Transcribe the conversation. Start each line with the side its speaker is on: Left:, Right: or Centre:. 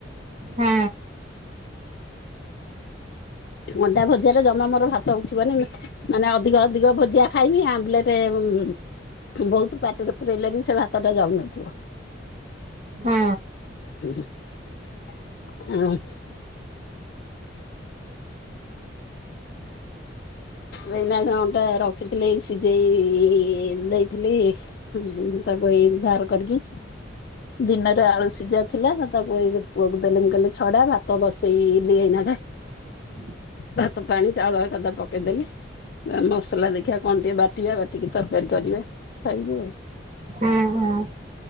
Right: ହୁଁ।
Left: ଅଣ୍ଡା ଭଜିଆ ରେ ଜମା ମୋର ଭାତ ଉଠିବନି। ମାନେ ଅଧିକ ଅଧିକ ଭଜିଆ ଖାଇମି ଆମ୍ବଲେଟେ ହୁଁ ହୁଁ ବହୁତ ପାଟିରେ ପୁରେଇଲେ ବି ସେ ଭାତଟା ଯାଉନଥିବ।
Right: ହୁଁ
Left: <inaudible> ଆଁ ହ। ଭେନାକେ ଅଣ୍ଟା ରଖିଥିଲି, ସିଝେଇ-ଇ-ଇ-ଇ-ଇ-ଇ ଦେଇଥିଲି-ଇ। ଉଁ ତା ତାକୁ ଏଇ ବାହାର କରିକି ଦିନରେ ଆଳୁ ସିଝା ଥିଲା। ତାକୁ ଏଇ ପୁଅକୁ ଦେଲି, ମୁଁ କହିଲି ଛଡା, ଭାତ ବସେଇ-ଇ-ଲିି ଏଇନାହ
Right: ହଁ
Left: ଭାତ ପାଣି ଚାଉଳ ଏକଦା ପକ୍ କେଦେଲି। ମସଲା ଦେଖିବା କଣ ଟିକେ ବାଟିବା ବାଟିକି ତରକାରୀ କରିବା, ଖାଇବୁ ଆଉ।
Right: ହୁଁ ହୁଁ।